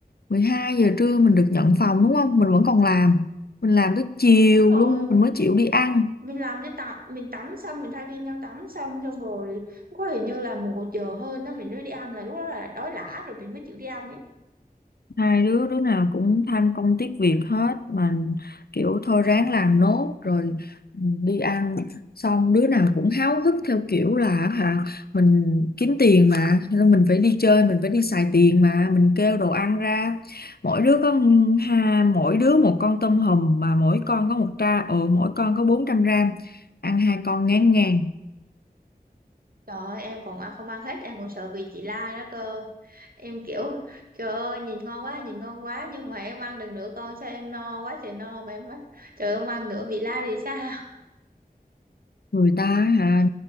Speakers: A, on the left; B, on the right.
A: 12 giờ trưa mình được nhận phòng đúng không mình vẫn còn làm mình làm tới chiều
B: Đúng rồi,
A: luôn mình mới chịu đi ăn
B: mình làm cái tắm, mình tắm xong mình thay phiên nhau tắm xong xong rồi có hình như là một giờ hơn đó mình mới đi ăn là lúc đó là đói lả rồi mình mới chịu đi ăn ấy.
A: hai đứa đứa nào cũng tham công tiếc việc hết mà kiểu thôi ráng làm nốt rồi đi ăn xong đứa nào cũng háo hức theo kiểu là hả mình kiếm tiền mà nên mình phải đi chơi mình phải đi xài tiền mà mình kêu đồ ăn ra mỗi đứa có ha mỗi đứa một con tôm hùm mà mỗi con có một tra ừ mỗi con có bốn trăm gram ăn hai con ngán ngàn
B: Trời ơi, em còn ăn không ăn hết, em còn sợ bị chị la đó cơ. Em kiểu trời ơi nhìn ngon quá, nhìn ngon quá nhưng mà em ăn được nửa con sao em no quá trời no mà em nói trời ơi, không ăn nữa bị la thì sao?
A: người ta á hả